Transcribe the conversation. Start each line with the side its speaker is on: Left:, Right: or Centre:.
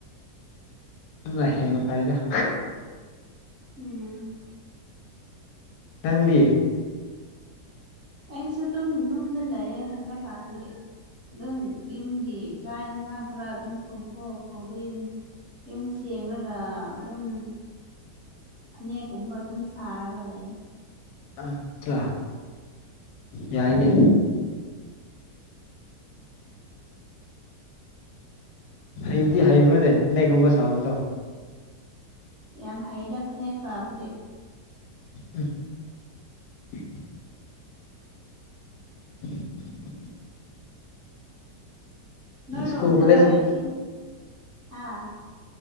Left: ꯑꯗꯨꯅ ꯍꯦꯟꯅ ꯐꯩꯗ
Right: ꯎꯝ
Left: ꯅꯪꯗꯤ
Right: ꯑꯩꯁꯨ ꯑꯗꯨꯝ ꯌꯨꯝꯗ ꯂꯩꯌꯦ ꯍꯟꯗꯛꯀꯥꯟꯗꯤ ꯑꯗꯨꯝ ꯌꯨꯝꯒꯤ ꯆꯥꯛ ꯏꯟꯁꯥꯡ ꯈꯔ ꯑꯗꯨꯝ ꯊꯣꯡꯗꯣꯡ ꯊꯣꯡꯖꯤꯟ ꯌꯨꯝ ꯁꯦꯡꯔꯒ ꯑꯗꯨꯝ ꯐꯅꯦꯛꯒꯨꯝꯕ ꯑꯗꯨꯝ ꯁꯥꯔꯒ ꯂꯩꯌꯦ
Left: ꯑꯆꯥ ꯌꯥꯏꯅꯦ ꯍꯩꯕꯗꯤ ꯍꯩꯕ꯭ꯔꯥꯅꯦ ꯐꯅꯦꯛꯒꯨꯝꯕ ꯁꯥꯕꯗꯣ
Right: ꯌꯥꯝ ꯍꯩꯗ ꯐꯅꯦꯛ ꯆꯥꯕꯗꯤ
Left: ꯎꯝ <inaudible> <unintelligible>
Right: ꯅꯣꯏꯔꯣꯝꯗ
Left: ꯁ꯭ꯀꯨꯜ ꯀꯣꯂꯦꯖ
Right: ꯏꯁꯤꯡ ꯍꯥ